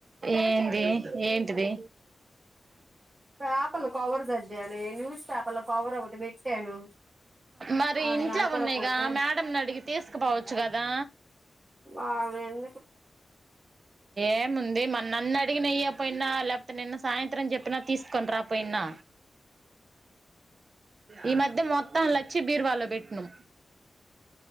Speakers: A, on the right (about 50°); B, on the right (about 30°).
A: ఏంది ఏంటిది
B: పేపర్లో కవర్ సర్దాను న్యూస్ పేపర్లో కవర్ ఒకటి పెట్టాను
A: మరి
B: అది
A: ఇంట్లో
B: కనపడపోతే
A: ఉన్నాయిగా మేడంని అడిగి తీసుకుపోవచ్చు కదా
B: ఓరిని
A: ఏముంది మన్న అన్నట్టు అడిగ నెయ్య పోయినా లేకపోతే నిన్న సాయంత్రం చెప్పినా తీసుకొని రాపోయినా ఈ మధ్య మొత్తం లక్ష బీర్వాలో పెట్టినం